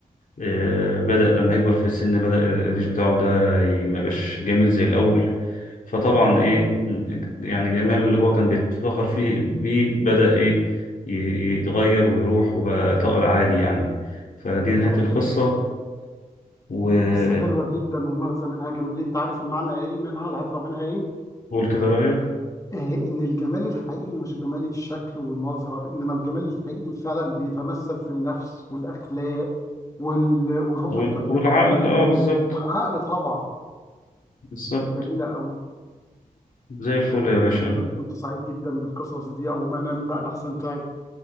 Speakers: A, on the left (about 65°); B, on the left (about 20°).
A: آه، بدأ
B: مم.
A: لما يكبر في السن بدأ الريش بتاعه ده ي- ما بقاش جميل زي الأول فطبعا
B: تمام
A: إيه يعني جماله اللي هو كان بيتفخر فيه بيه بدأ إيه ي- يتغير ويروح وبقى طائر عادي يعني فدي
B: بالظبط
A: نهاية القصة وقول
B: بس حلوه جدا والمغزى منها جميل انت عارف المعنى ايه منها العبره منها ايه
A: كده رأيك
B: آه ان الجمال الحقيقي مش جمال الشكل والمظهر انما الجمال الحقيقي فعلا بيتمثل في النفس والاخلاق وال... والروح
A: وال-
B: الطيبه
A: والعقل اه بالظبط
B: والعقل طبعا
A: بالظبط
B: جميله قوي
A: زي الفل يا
B: انا
A: باشا
B: أنا كنت سعيد جدا بالقصص دي او ما انام بقى لحسن تعب